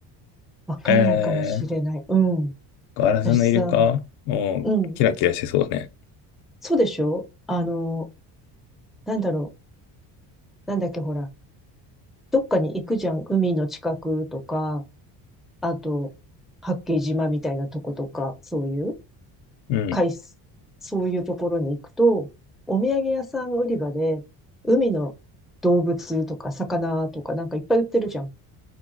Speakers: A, in the centre; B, on the left.
A: わかんないかもしれない。
B: えー、
A: うん。
B: ガラスのイルカおーキラキラしてそうね。
A: 私さ、うん。そうでしょあの、なんだろう。なんだっけ、ほら。どっかに行くじゃん。海の近くとか、あと、八景島みたいなとことか、そういう。
B: うん、
A: 海す、そういうところに行くと、お土産屋さん売り場で、海の動物とか魚とかなんかいっぱい売ってるじゃん。